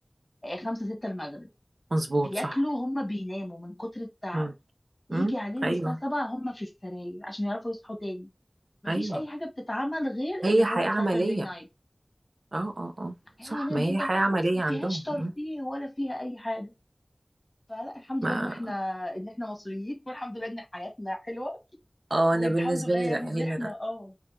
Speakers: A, on the left (about 30°); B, on the right (about 80°).
A: آه، آه، خمسة ستة المغرب
B: مظبوط
A: بياكلوا
B: صح
A: هم بيناموا من كتر التعب
B: امم
A: يجي
B: امم
A: عليهم
B: ايوه
A: الساعه سبعة هم في السراير عشان يعرفوا يصحوا تاني مفيش
B: ايوه
A: اي حاجه بتتعمل غير
B: هي
A: اللي هو
B: حياة
A: ساتردي
B: عملية
A: نايت
B: اه اه اه
A: حياه
B: صح
A: عمليه
B: ما هي
A: جدا
B: حياة عملية
A: ما فيهاش
B: عندهم
A: ترفيه
B: م.
A: ولا فيها اي حاجه فلا الحمد
B: ما
A: لله ان احنا ان احنا مصريين والحمد لله ان حياتنا حلوه
B: اه
A: والحمد
B: انا بالنسبة
A: لله
B: لي
A: يعني
B: لا
A: ان
B: هنا
A: احنا اه